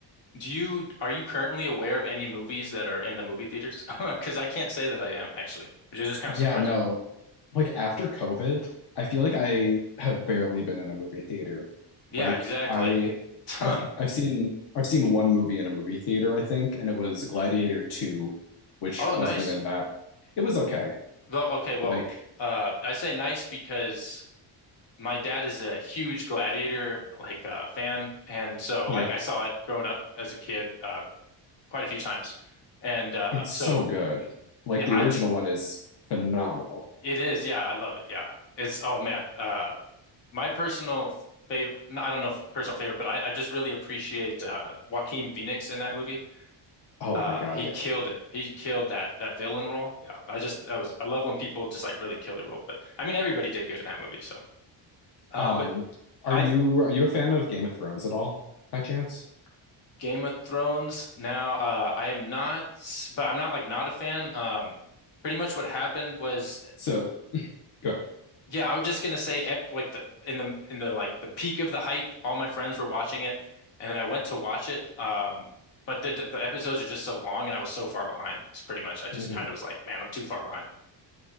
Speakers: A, on the left; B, on the left.
A: Do you are you currently aware of any movies that are in the movie theaters? <laughs> Because I can't say that I am actually, which is just kind
B: Yeah,
A: of surprising.
B: no. Like after COVID, I feel like I have barely been in a movie theater.
A: Yeah,
B: Like
A: exactly.
B: I
A: <laughs>
B: I've I've seen I've seen one movie in a movie theater, I think, and it was Gladiator 2, which
A: Oh, nice.
B: wasn't even that. It was okay.
A: Though, okay, well,
B: Like,
A: uh, I say nice because my dad is a huge Gladiator like uh, fan, and so
B: yeah,
A: like I saw it growing up as a kid uh, quite a few times, and uh,
B: it's
A: so
B: so good. Like
A: yeah,
B: the
A: I
B: original one is phenomenal.
A: it is yeah I love it yeah it's oh man uh, my personal favorite I don't know if personal favorite but I, I just really appreciate uh, Joaquin Phoenix in that movie
B: Oh
A: uh,
B: my God,
A: he
B: yeah.
A: killed it he killed that that villain role yeah I just that was I love when people just like really kill their role but I mean everybody did good in that movie so. Um,
B: Um,
A: but
B: are
A: I
B: you are you a fan of Game of Thrones at all by chance?
A: Game of Thrones now. Uh, I am not, but I'm not like not a fan. Um, pretty much what happened was
B: So, go ahead.
A: Yeah, I was just gonna say, at, like the in the in the like the peak of the hype, all my friends were watching it, and then I went to watch it. Um, but the the episodes are just so long, and I was so far behind. It's pretty much, I just
B: hmm
A: kind of was like, man, I'm too far behind.